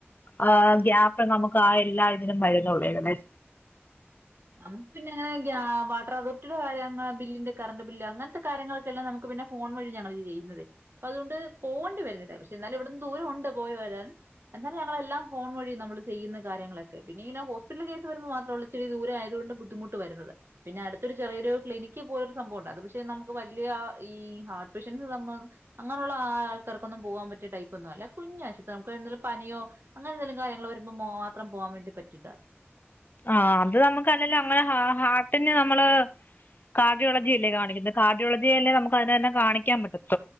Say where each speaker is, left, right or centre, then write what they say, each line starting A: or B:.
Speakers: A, on the left; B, on the right.
A: ആ ഗ്യാപ്പ് നമുക്ക് കാ എല്ലാ ഇതിനും മരുന്നൊണ്ട്
B: നമുക്ക് പിന്നെങ്ങനെ വാട്ടർ അതോറിറ്റിയുടെ കാര്യങ്ങൾ ബില്ലിന്റെ കറണ്ട് ബില്ല് അങ്ങനത്തെ കാരൃങ്ങളൊക്കെല്ലാം നമുക്ക് പിന്നെ ഫോൺ വഴി ഞങ്ങള് ചെയ്യുന്നതേ. അപ്പ അതുകൊണ്ട് പോണ്ടി വരുന്നില്ല പക്ഷെ എന്നാലും ഇവിടന്ന് ദൂര ഉണ്ട് പോയി വരാൻ എന്നാലും ഞങ്ങളെല്ലാം ഫോൺ വഴി നമ്മള് ചെയ്യുന്ന കാര്യങ്ങളൊക്കെ പിന്നെ ഇങ്ങന റ്റൽ കേസ് വരുമ്പോ മാത്ര ഉള്ളൂ ഇച്ചരി ദൂരെ ആതുകൊണ്ട് ബുദ്ധിമുട്ട് വരുന്നത്. പിന്നെ അടുത്തൊരു ചെറിയൊരു ക്ലിനിക്ക് പോലൊരു സംഭവുണ്ട്. അത് പക്ഷെ നമുക്ക് വല്യ ഈ ഹാർട്ട് പേഷ്യൻസ് നമ്മ അങ്ങനുള്ള ആൾക്കാർക്കൊന്നും പോവാൻ പറ്റിയ ടൈപ്പൊന്നും അല്ല. കുഞ്ഞ് ആശുപത്രിയാ നമുക്ക് എന്തെങ്കിലും പനിയോ അങ്ങനെ എന്തെലും കാര്യങ്ങൾ വരുമ്പോ മാത്രം പോവാൻ വേണ്ടി പറ്റിയിട്ട
A: ആ അത് നമുക്ക് അല്ലെല്ല് അങ്ങനെ ഹാർട്ടിന് നമ്മള് കാർഡിയോളജി അല്ലേ കാണിക്കുന്നത്. കാർഡിയോളജിയല്ലേ നമുക്ക് അതിനു തന്നെ കാണിക്കാൻ പറ്റ